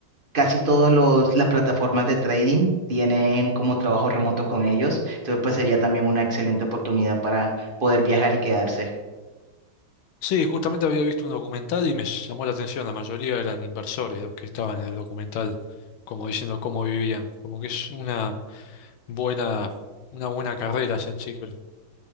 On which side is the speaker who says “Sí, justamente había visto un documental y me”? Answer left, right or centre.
Left